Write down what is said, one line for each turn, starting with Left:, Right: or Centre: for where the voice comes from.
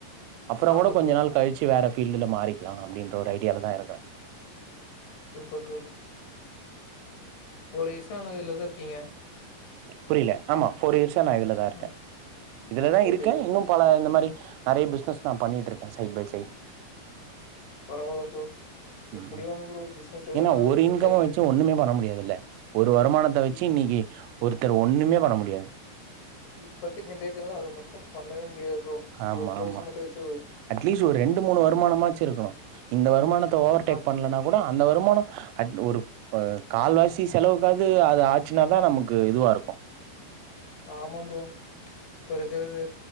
Right: அப்பறொ
Left: ஆமா
Right: கூட கொஞ்ச
Left: ப்ரோ
Right: நாள் கழிச்சு வேற ஃபீல்டுல மாறிக்கலா அப்பிடின்ற ஒரு ஐடியாலதா இருக்குற
Left: சூப்பர் ப்ரோ ஒரு இசான இதுலதா இருக்கீங்க
Right: புரியல ஆமா ஃபோர் இயர்ஸ் நான் இதுலதான் இருக்கேன்
Left: ம்
Right: இதுலதான்
Left: ஓகே
Right: இருக்கேன்
Left: ஓகே
Right: இன்னும்
Left: ப்ரோ
Right: பல இந்த மாரி நெறைய பிசினஸ் நான் பண்ணிட்டு இருக்கேன் சைட் பை சைட்
Left: பரவால்ல ப்ரோ
Right: உம்
Left: எப்டியோ ஒன்னு ப்ரோ பிசினஸ் எதோ
Right: ஏன்னா
Left: ஒன்னு
Right: ஒரு
Left: செட்
Right: இன்கம்
Left: ஆயி
Right: வச்சு ஒண்ணுமே பண்ண முடியாதுல்ல ஒரு வருமானத்தை வச்சு
Left: இப்
Right: இன்னைக்கு ஒருத்தர் ஒண்ணுமே பண்ண முடியாது
Left: இப்பத்தி ஜென்ரேஷன்ல அது மட்டும் பண்ணவே முடியாது ப்ரோ
Right: ஆமா
Left: ஒரு சோர்ஸ்
Right: ஆமா
Left: மட்டு வச்சு
Right: அட்லீஸ்ட் ஒரு ரெண்டு மூணு வருமானமாது இருக்கணும் இந்த வருமானத் ஓவர் டெக்
Left: ஆ
Right: பண்ணலேன்னா கூட அந்த வருமானம் அட் ஒரு கால்வாசி செலவுக்காவது அது ஆச்சுனாதான் நமக்கு இதுவா இருக்கும்
Left: ஆமாம் ப்ரோ இப்ப இருக்கிறது